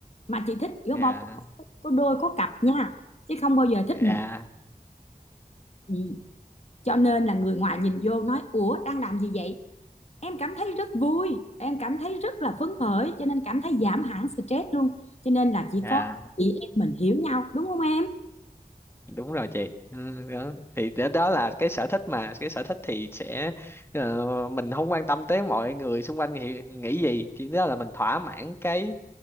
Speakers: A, on the left (about 45°); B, on the left (about 15°).
A: mà chị thích gấu
B: dạ
A: bông có đôi có cặp nha chứ không bao giờ thích
B: dạ
A: một Ừ. cho nên là người ngoài nhìn vô nói ủa đang làm gì vậy em cảm thấy rất vui em cảm thấy rất là phấn khởi cho nên cảm thấy giảm hẳn stress luôn cho nên là chỉ
B: dạ
A: có chị em mình hiểu nhau đúng không em
B: đúng rồi chị ừ, đó. thì đó, đó là cái sở thích mà cái sở thích thì sẽ ờ, mình không quan tâm tới mọi người xung quanh nghĩ, nghĩ gì chỉ đó là mình thỏa mãn cái